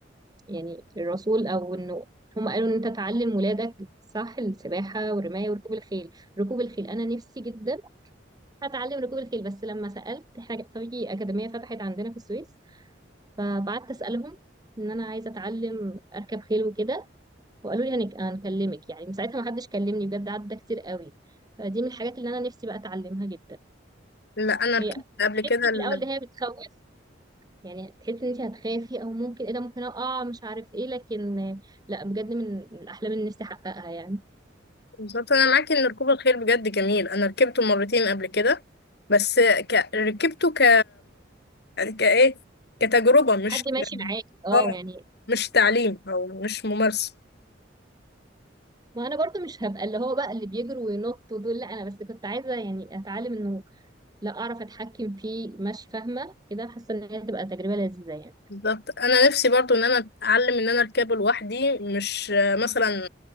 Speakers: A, on the right; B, on the left.
A: يعني الرسول او انه هم قالوا ان انت تعلم ولادك صح السباحه والرمايه وركوب الخيل ركوب الخيل انا نفسي جدا هتعلم ركوب الخيل بس لما سألت احنا كان في أكاديمية فتحت عندنا في السويس فبعدت أسألهم إن أنا عايزة أتعلم أركب خيل وكده وقالوا لي هنك- هنكلمك يعني من ساعتها ما حدش كلمني بجد عدى كتير قوي فدي من الحاجات اللي أنا نفسي بقى أتعلمها جدا
B: لا انا ركبت
A: هي
B: قبل
A: تحسي
B: كده ال-
A: في الأول إن هي بتخوف يعني تحسي إن أنت هتخافي أو ممكن إيه ده ممكن أقع مش عارف إيه لكن لا بجد من الأحلام اللي نفسي أحققها يعني
B: بالظبط انا معاكي ان ركوب الخيل بجد جميل انا ركبته مرتين قبل كده بس ك... ركبته ك كايه كتجربه مش
A: حد ماشي معاكي أه
B: اه
A: يعني
B: مش تعليم او مش ممارسه
A: ما انا برضو مش هبقى اللي هو بقى اللي بيجروا وينطوا دول لا انا بس كنت عايزه يعني اتعلم انه لا اعرف اتحكم فيه مش فاهمه كده حاسه ان هي تبقى تجربه لذيذه يعني
B: بالظبط انا نفسي برضو ان انا اتعلم ان انا اركبه لوحدي مش آه، مثلا